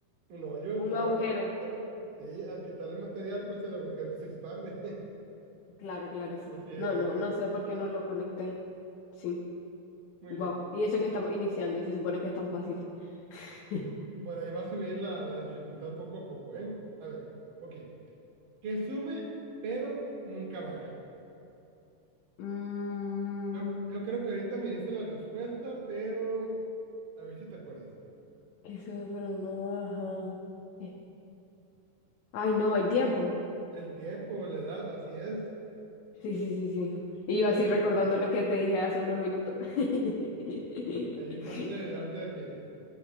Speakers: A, on the right; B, on the left.
A: Un hoyo,
B: un
A: claro.
B: agujero.
A: Sí, al quitarle material, pues el agujero se expande.
B: Claro, claro, sí.
A: <laughs> Así es.
B: No, no, no sé por qué no lo conecté. Sí,
A: Muy
B: wow.
A: bien.
B: Y eso que estamos iniciando y se supone que es tan fácil. <laughs>
A: Por ahí va a subir la, la dificultad poco a poco, ¿eh? A ver, ok. Que sube, pero nunca baja.
B: Mmm,
A: Yo, yo creo que ahorita me dice la respuesta, pero a ver si te acuerdas.
B: que sube pero no baja. Eh, Ay, no, el tiempo.
A: El tiempo, la edad, así es.
B: Sí, sí, sí, sí. Y yo
A: Dios,
B: así recordando lo que te dije hace unos minutos. <laughs>
A: Ahí tratando de ayudarte a que,